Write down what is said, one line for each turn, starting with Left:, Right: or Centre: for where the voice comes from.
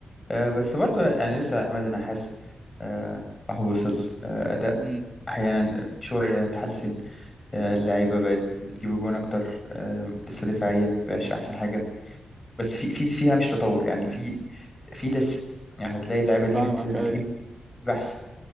Left: آه، بس برضه يعني لسه عماد النحاس آه، أهو وصل آه، أداء
Right: امم
Left: أحيانا شوية اتحسن آه، اللعيبة بقت بتجيب جوان أكتر آه، لسه دفاعيا مبقاش أحسن حاجة بس في في فيها مش تطور يعني في في لسه يعني هتلاقي اللعيبة دي
Right: فاهمك
Left: بت- بتجيب
Right: أيوة
Left: أحسن